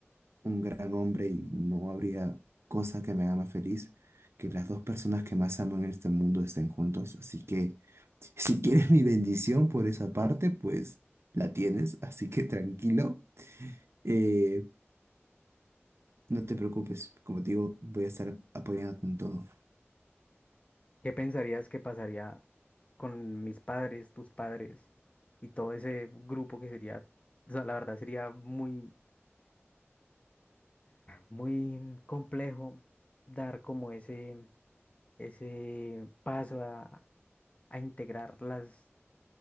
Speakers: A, on the right; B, on the left.
A: un gran hombre y no habría cosa que me haga más feliz que las dos personas que más amo en este mundo estén juntos. Así que si quieres mi bendición por esa parte, pues la tienes, así que tranquilo. Eh, no te preocupes, como te digo, voy a estar apoyándote en todo.
B: ¿Qué pensarías que pasaría con mis padres, tus padres y todo ese grupo que sería, o sea, la verdad sería muy, muy complejo dar como ese, ese paso a, a integrar las